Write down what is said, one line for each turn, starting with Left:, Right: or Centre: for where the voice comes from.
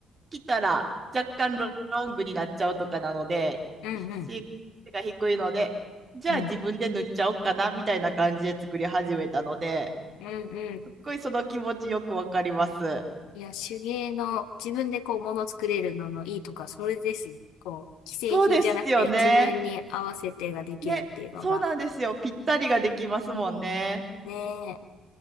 Right: 着たら若干ロングになっちゃうとかなので、
Left: んうん。
Right: 背が低いので、じゃあ自分で塗っちゃおうかなみたいな感じで作り始めたので、
Left: うん。うんうん。
Right: すっごいその気持ちよくわかります。
Left: いや、手芸の自分でこう物作れるののいいとか、それですよ。こう、既製品じゃなくて自分に合わせてができるっていうのが。
Right: そうですよね。ね、そうなんですよ。ぴったりができますもんね。
Left: ねえ。